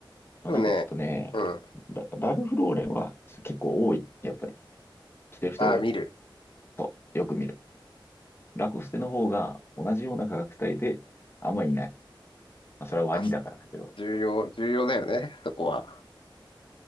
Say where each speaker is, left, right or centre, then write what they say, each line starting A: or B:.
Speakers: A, on the left (about 25°); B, on the left (about 80°).
A: まあなんかちょっとね、
B: でもね、うん。
A: ラ、ラルフローレンは結構多い。やっぱり。着てる人多い。
B: あー、見る。
A: そう、よく見る。ラコステの方が同じような価格帯で、あんまいない。まあそれはワニだからだけど。
B: あ、重要、重要だよね、そこは。